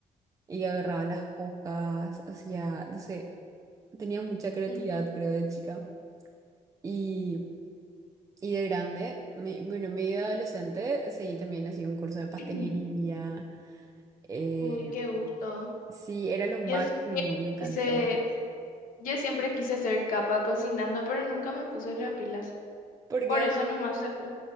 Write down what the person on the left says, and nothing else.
Ujú.
<clears throat>
Uy, qué gusto.
Yo siempre
quise, yo siempre quise ser capa cocinando, pero nunca me puse las pilas.
Por eso nomás seguro.